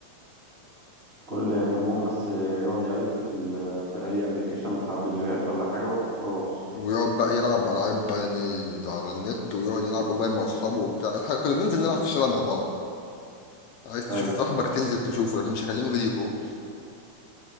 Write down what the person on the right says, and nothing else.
كل همهم بس يقعد يقلب في, ال- في اي ابلكيشن بتاع فيديوهات ولا حاجه وخلاص
ايوه